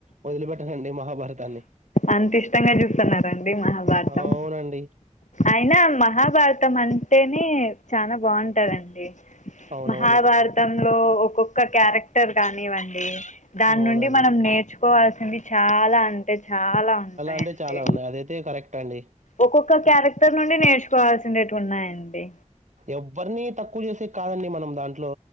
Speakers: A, on the right (about 80°); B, on the left (about 80°).
A: వదిలిపెట్టనండి మహాభారతాన్ని
B: అంత ఇష్టంగా చూస్తున్నారండి మహాభారతం
A: అవునండి
B: అయినా మహాభారతం అంటేనే చాలా బాగుంటదండి
A: అవునవును
B: మహాభారతంలో ఒక్కొక్క క్యారెక్టర్ కానివ్వండి దాని
A: అవునండి
B: నుండి మనం నేర్చుకోవాల్సింది చాలా అంతే చాలా ఉంటాయండి
A: అంటే చాలా ఉన్నాయి అదైతే కరెక్ట్ అండి
B: ఒక్కొక్క క్యారెక్టర్ నుండి నేర్చుకోవాల్సినటివి ఉన్నాయండి
A: ఎవరిని తక్కువ చేసే కాదండి మనం దాంట్లో